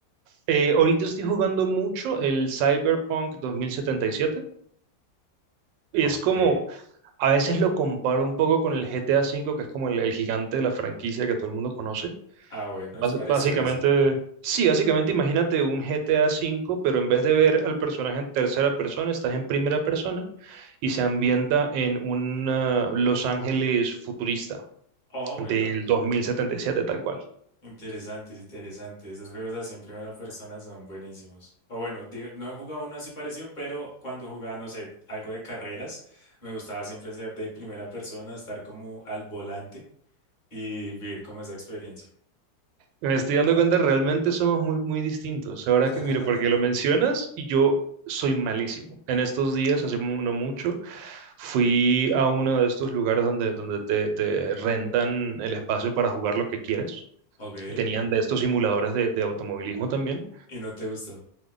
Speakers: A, on the right (about 85°); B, on the left (about 30°).
A: Eh, ahorita estoy jugando mucho el Cyberpunk 2077. Y siete.
B: Ok.
A: Y es como, a veces lo comparo un poco con el GTA V, que es como el, el gigante de la franquicia que todo el mundo conoce.
B: Ah, bueno,
A: Bas-
B: es parecido
A: básicamente,
B: a ese.
A: sí, básicamente imagínate un GTA V, pero en vez de ver al personaje en tercera persona, estás en primera persona y se ambienta en un ah, Los Ángeles futurista
B: Oh,
A: del
B: bueno.
A: 2077, tal cual.
B: Interesante, interesante. Esos juegos así en primera persona son buenísimos. O bueno, diga- no he jugado uno así parecido, pero cuando jugaba, no sé, algo de carreras, me gustaba siempre ser de primera persona, estar como al volante y vivir como esa experiencia.
A: Me estoy dando cuenta, realmente somos muy, muy distintos. Ahora
B: <laughs>
A: que, mire, porque lo mencionas y yo soy malísimo. En estos días, hace mu- no mucho, fui a uno de estos lugares donde, donde te, te rentan el espacio para jugar lo que quieras.
B: Ok.
A: Y tenían de estos simuladores de, de automovilismo también.
B: ¿Y no te gustó?